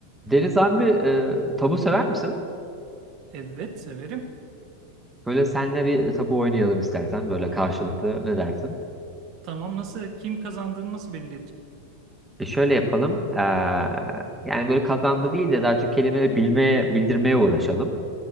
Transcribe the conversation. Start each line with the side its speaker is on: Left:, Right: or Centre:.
Centre: Deniz abi e, tabu sever misin?
Right: Evet severim.
Centre: Böyle senle bir tabu oynayalım istersen böyle karşılıklı ne dersin?
Right: Tamam nasıl kim kazandığını nasıl belli
Centre: E şöyle yapalım. Eee, yani böyle kazandı değil de daha çok kelimeleri bilmeye, bildirmeye uğraşalım.